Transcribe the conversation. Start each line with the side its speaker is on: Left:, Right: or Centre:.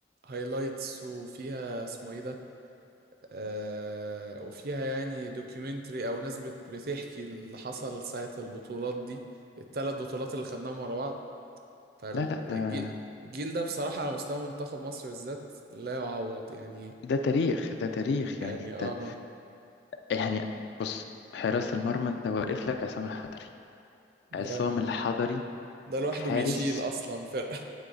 Right: هايلايتس وفيها اسمه ايه ده آه وفيها يعني دوكيومنتري او ناس بت بتحكي اللي حصل ساعة البطولات دي الثلاث بطولات اللي خدناهم ورا بعض فالجيل
Left: لا لا ده
Right: ده بصراحة على مستوى منتخب مصر بالذات لا يعوض يعني
Left: ده تاريخ ده تاريخ
Right: يعني
Left: يعني انت
Right: اه
Left: يعني بص حراسة المرمى انت واقف لك عصام الحضري عصام
Right: ده
Left: الحضري
Right: ده لوحده
Left: حارس
Right: بيشيل اصلا فرقة